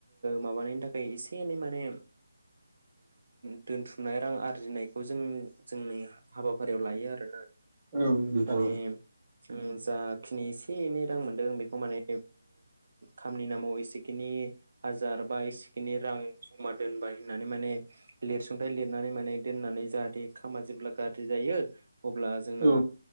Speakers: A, on the right; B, on the right.
A: माबानायनि थाखाय एसे एनै माने दोनथुमनाय रां आरो आरजिनायखौ जों जोंनि हाबाफारियाव लायो आरोना
B: औ औ
A: माने उम जाखिनि एसे एनै रां मोनदों बेखौ माने खामनि नामाव एसेखिनि हाजार बा एसेखिनि रां जमा दोनबाय होननानै माने लिरसुंथाइ लिरनानै माने दोननानै जाहाथे खामा जेब्ला गाज्रि जायो अब्ला जोंना
B: औ